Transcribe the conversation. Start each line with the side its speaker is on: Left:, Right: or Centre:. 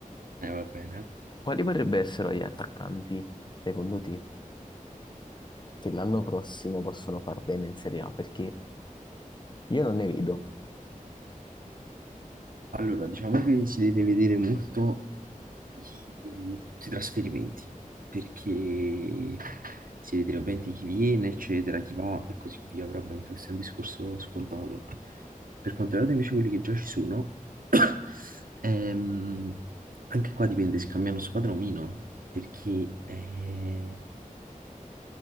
Right: Eh, va bene.
Left: quali potrebbero essere gli attaccanti, secondo te, che l'anno prossimo possono far bene in Serie A? Perché io non ne vedo.
Right: Allora, diciamo che si deve vedere molto chi- tutti i trasferimenti, perché si vede ovviamente chi viene, eccetera, chi va e così via, però ovviamente questo è un discorso scontato. Per quanto riguarda invece quelli che già ci sono, <coughs> ehm, anche qua dipende se cambiano squadra o meno, perché eh,